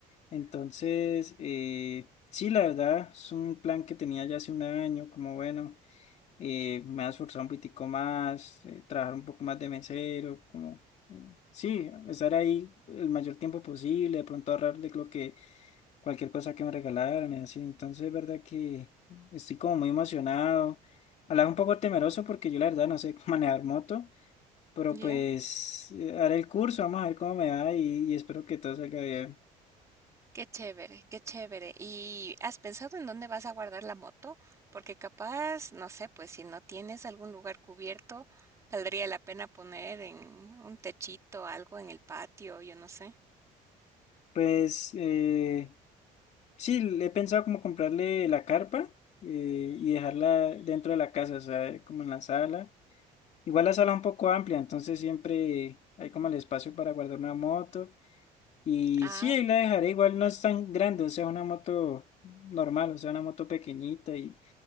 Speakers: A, on the left (about 45°); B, on the right (about 20°).
A: Entonces, eh, sí, la verdad, es un plan que tenía ya hace un año, como bueno, eh, me ha esforzado un poquitico más, eh, trabajar un poco más de mesero, como, mm, sí, estar ahí el mayor tiempo posible, de pronto ahorrar de lo que cualquier cosa que me regalaran y así. Entonces, es verdad que estoy como muy emocionado. A la vez un poco temeroso porque yo la verdad no sé <laughs> manejar moto, pero
B: Ya.
A: pues eh, haré el curso, vamos a ver cómo me va y, y espero que todo salga bien.
B: Qué chévere, qué chévere. ¿Y has pensado en dónde vas a guardar la moto? Porque capaz, no sé, pues si no tienes algún lugar cubierto, valdría la pena poner en un techito, algo en el patio, yo no sé.
A: Pues eh, sí, le he pensado como comprarle la carpa eh, y dejarla dentro de la casa, o sea, como en la sala. Igual la sala es un poco amplia, entonces siempre hay como el espacio para guardar una moto. Y
B: Ah,
A: sí, ahí
B: bu-
A: la dejaré, igual no es tan grande, o sea, una moto normal, o sea, una moto pequeñita y,